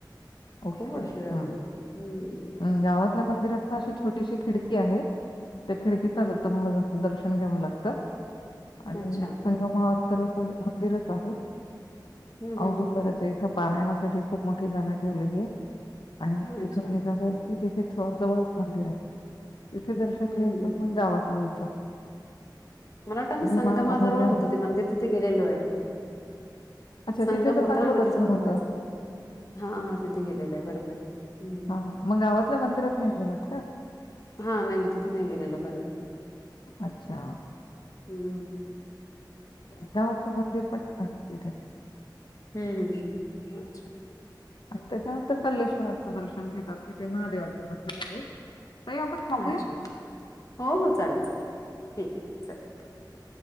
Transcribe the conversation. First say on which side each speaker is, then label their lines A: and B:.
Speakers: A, on the left (about 80°); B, on the left (about 45°).
A: ओके
B: खूप वर्ष
A: हम्म्
B: झाली. हम्म
A: गावातल्या मंदिरात अशी छोटीशी खिडकी आहे त्या खिडकीत
B: हा
A: ना दत्त महाराजांचं दर्शन घ्यावं लागतं आणि
B: अच्छा
A: संगमवर तर असं मंदिरच आहे
B: हम्म
A: औदुंबराच्या
B: हम्म
A: इथं पारायणासाठी खूप मोठी जागा ठेवलेली आहे आणि तिथून
B: अच्छा
A: निघालं की तिथे जवळच मंदिर आहे तिथे दर्शन
B: हम्म
A: घ्यायचं
B: हम्म.
A: मग गावात यायचं
B: मला वाटतं आम्ही संगमाजवळ
A: भीमा अमरजान
B: होतो ते मंदिर तिथे गेलेलो आहे
A: अच्छा
B: संगम
A: तिथे तर
B: होता
A: चांगलं
B: आणि मग त्याच्या
A: दर्शन होतं.
B: जवळच हा हा तिथे गेलेला आहे बरोबर हम्म
A: हा मग गावातल्या मंदिरात नाही गेलात का
B: हा नाही मग तिथे नाही गेलेलं बरोबर
A: अच्छा
B: हम्म
A: अहमदाबादच मंदिर पण छान आहे तिथे
B: हम्म अच्छा
A: त्याच्यानंतर कल्लेश्वराचं दर्शन घेतात कि ते महादेवाचं मंदिर आहे ताई आपण थांबूया?
B: अच्छा हो हो चालेल चालेल ठीक आहे चल